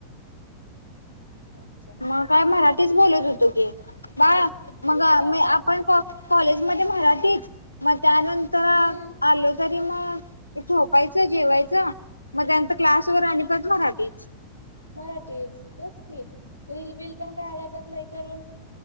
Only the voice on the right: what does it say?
मज्जा.
हम्म
आता
हम्म
मराठीच तेच की, रील बिल पण काय आल्या तर लय करून.